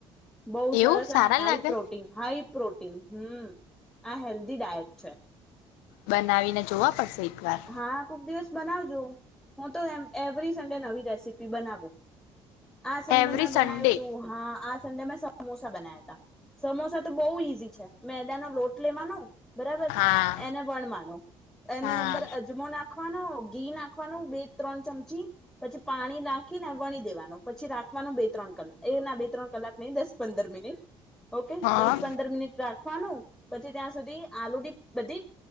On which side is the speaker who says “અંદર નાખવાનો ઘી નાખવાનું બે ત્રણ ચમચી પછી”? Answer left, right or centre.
Centre